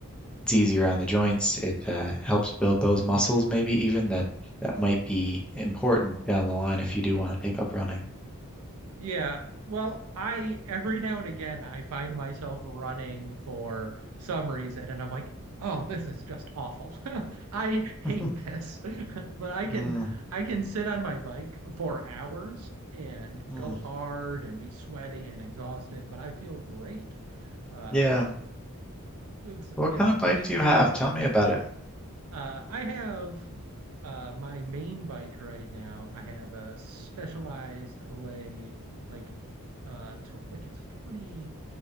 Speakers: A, in the centre; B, on the right (about 75°).
A: it's easier on the joints. It uh, helps build those muscles maybe even that that might be important down the line if you do want to take up running.
B: Yeah. Well, I every now and again I find myself running for some reason and I'm like, "Oh, this is just awful. <laughs> I hate
A: <laughs>
B: this." But I can
A: Mm,
B: I can sit on my bike for hours and
A: mm,
B: go hard and be sweaty and exhausted, but I feel great. Uh
A: yeah.
B: it's
A: What
B: it's
A: kind of
B: it's
A: bike do
B: just
A: you have?
B: a different
A: Tell me about it.
B: uh, I have uh, my main bike right now. I have a Specialized Allay, like uh, tw like it's a 20,